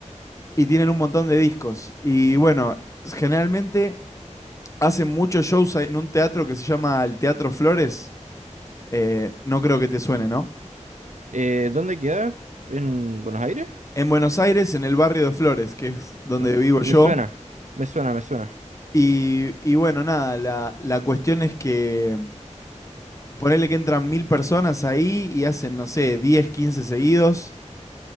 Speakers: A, on the left; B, on the right.
A: y tienen un montón de discos. Y bueno, generalmente hacen muchos shows en un teatro que se llama el Teatro Flores, eh, no creo que te suene, ¿no?
B: Eh, ¿dónde queda? ¿En Buenos Aires?
A: En Buenos Aires, en el barrio de Flores, que es donde
B: Mm,
A: vivo yo.
B: me suena, me suena, me suena.
A: Y, y bueno, nada, la, la cuestión es que ponerle que entran mil personas ahí y hacen, no sé, 10 15 seguidos.